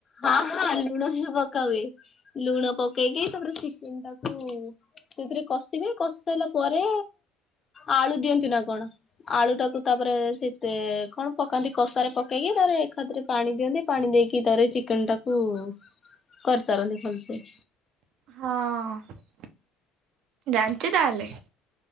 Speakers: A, on the left; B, on the right.
A: ହଁ ହଁ ଲୁଣ ବି ପକା ହୁଏ। ଲୁଣ ପକେଇକି ତାପରେ ଚିକେନ ଟାକୁ ସେଥିରେ କଷିବେ କଷି କଷି ସାରିଲା ପରେ ଆଳୁ ଦିଅନ୍ତି ନା କଣ ଆଳୁ ଟାକୁ ତାପରେ ସେତେ କଣ ପକାନ୍ତି କଶା ରେ ପକେଇକି ତାରେ ଏକାଥେରେ ପାଣି ଦିଅନ୍ତି। ପାଣି ଦେଇକି ତାର ଚିକେନ ଟାକୁ କରିସାରନ୍ତି ଭଲସେ।
B: ହଁ। ଜାଣିଛୁ ତାହଲେ।